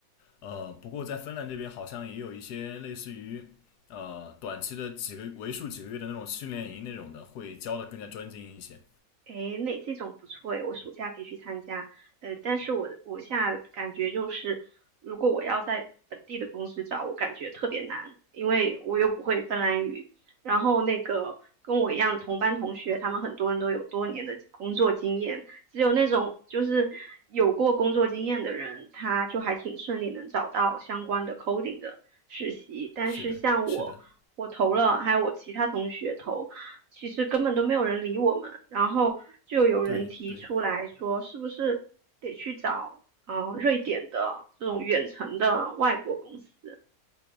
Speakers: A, on the left; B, on the right.
A: 呃，不过在芬兰这边好像也有一些类似于呃短期的几个为数几个月的那种训练营那种的，会教的更加专精一些。
B: 诶，那这种不错诶，我暑假可以去参加。呃，但是我我现在感觉就是，如果我要在本地的公司找，我感觉特别难，因为我又不会芬兰语。然后那个跟我一样的同班同学，他们很多人都有多年的工作经验，只有那种就是有过工作经验的人，他就还挺顺利能找到相关的 coding 的实习。但是像我，
A: 是的，是的，
B: 我投了，还有我其他同学投。其实根本都没有人理我们，然后就有人提出来说，
A: 对对。
B: 是不是得去找呃瑞典的这种远程的外国公司？